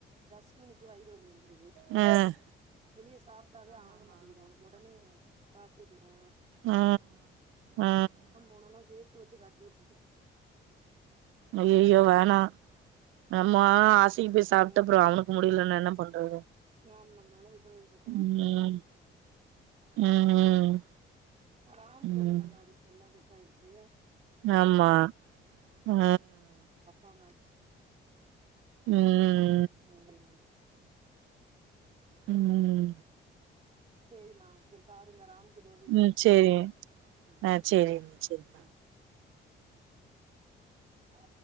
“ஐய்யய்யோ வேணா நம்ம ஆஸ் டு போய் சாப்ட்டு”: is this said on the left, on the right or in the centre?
Right